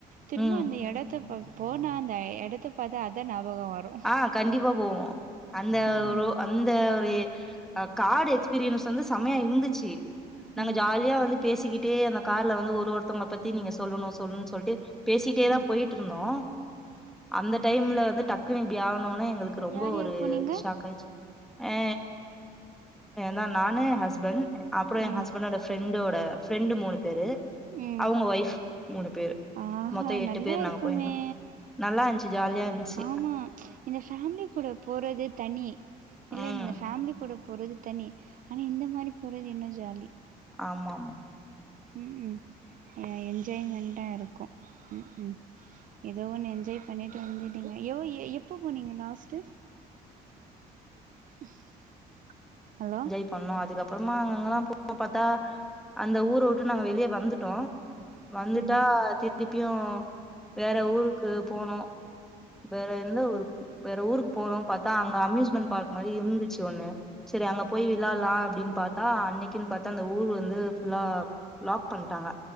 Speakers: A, on the right (about 50°); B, in the centre.
A: திரும்ப
B: ம்
A: அந்த எடத் து பாக் போனா அந்த எடத்த பாத்தா அதா ஞாபக வரு
B: ஆ கண்டிப்பா போவோ அந்த
A: ம்
B: ஒரோ அந்த ஒரு காடு எஸ்பீரியன்ஸ் வந்து சமையா இருந்துச்சு நாங்க
A: ம்
B: ஜாலியா வந்து பேசிக்கிட்டே அந்த கார்ல வந்து ஒரு ஒருத் தவங்க பத்தி நீங்க சொல்லணு சொல்லணு சொல்லிட்டு பேசிட்டே தா
A: ம்
B: போயிட்டு இருந்தோ அந்த டைம்ல வந்து டக்கு இப்டி ஆனோனா எங்களுக்கு ரொம்ப
A: யார்
B: ஒரு
A: யார் போனீங்க
B: ஷாக் ஆயிட்ச்சு ஏ ஏனா நானு ஹஸ்பண் அப்பறோ ஏ
A: ம்
B: ஹஸ்பண்டோட ஃப்ரெண்டோட ஃப்ரெண்டு மூணு பேரு
A: ம்
B: அவ்ங்க ஒயஃப் மூணு பேரு
A: ஆஹா
B: மொத்தோ எட்டு
A: நல்லா
B: பேர் நாங்க
A: இருக்குமே
B: போயிருந்தோ நல்லா இந்துச்சு ஜாலியா இருந்ச்சு
A: ஆமா இந்த ஃபேமிலி கூட போறது தனி இல்லனூங்க
B: ம்
A: ஃபேமிலி கூட போறது தனி ஆனா இந்த மாரி போறது இன்னோ ஜாலி
B: ஆமா ஆமா
A: உ உம் என்ஜாய்மெண்ட்டா இருக்கு உ உம் ஏதோ ஒன்னு என்ஜாய் பண்ணிவிட்டு வந்துட்டீங்க வோய் எப்போ போனீங்க லாஸ்ட்டு <inaudible> ஹலோ
B: என்ஜாய் பண்ணோ அதுக்கப்புறமா அங்கங்க எல்லா போ பாத்தா அந்த ஊர விட்டு நாங்க வெளிய வந்துட்டோ வந்துட்டா
A: ம்
B: திர்திருப்பியு வேற ஊருக்கு போனோ வேற எந்த ஊர்க் வேற ஊருக்கு போனோ பாத்தா அங்க அம்யூஸ்மெண்ட் பார்க் மாரி இருந்துச்சு ஒண்ணு செரி அங்க போய் விளாலா அப்டின்னு பாத்தா அன்னைக்குன்னு பாத்தா அந்த ஊர் வந்து ஃபுல்லா லாக் பண்ணிட்டாங்க